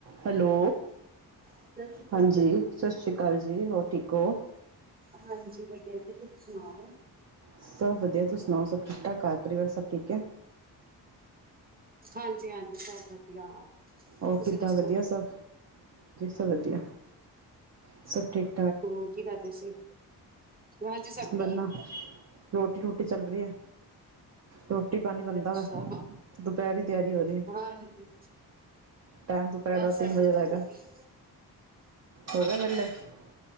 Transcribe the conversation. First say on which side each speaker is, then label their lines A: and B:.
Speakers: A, on the right; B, on the right.
A: Hello,
B: ਸਤਿ ਸ਼੍ਰੀ
A: ਹਾਂਜੀ ਸਤ ਸ੍ਰੀ ਕਾਲ ਜੀ। ਹੋਰ ਠੀਕ ਕੋ
B: ਹਾਂਜੀ ਮੈਂ ਕੈੰਦੀ ਤੁਸੀਂ ਸੁਣਾਓ?
A: ਸਭ ਵਧੀਆ। ਤੁਸੀਂ ਸੁਣਾਓ, ਸਭ ਠੀਕ-ਠਾਕ, ਘਰ ਪਰਿਵਾਰ ਸਭ ਠੀਕ ਐ?
B: ਹਾਂਜੀ, ਹਾਂਜੀ, ਸਬ ਵਧੀਆ।
A: ਔ
B: ਤੁਸੀਂ
A: ਕਿੱਦਾਂ
B: ਦੱਸੋ
A: ਵਧੀਆ ਸਭ। ਸਭ ਵਧੀਆ ਸਭ ਠੀਕ
B: ਹੋਰ ਕੀ ਕਰਦੇ ਸੀ। ਹਾਂਜੀ ਸਭ ਠੀਕ
A: ਬੰਨਾ ਰੋਟੀ ਰੁਟੀ ਚੱਲ ਰੀ ਐ। ਰੋਟੀ ਪਾਣੀ ਬਣਦਾ
B: ਅੱਛਾ
A: ਵਾ
B: ਹਾਂ
A: ਦੁਪਹਿਰ ਦੀ ਤਿਆਰੀ ਹੋ ਰੀ
B: ਹਾਂਜੀ
A: ਟਾਈਮ ਦੁਪਹਿਰ
B: ਬਸ
A: ਦਾ
B: ਸਾਡੀ
A: ਤਿੰਨ ਵਜੇ
B: ਤੇ
A: ਦਾ ਹੈਗਾ।
B: ਹੋ ਗਈ
A: ਹੋ ਗਏ ਵੇ <unintelligible>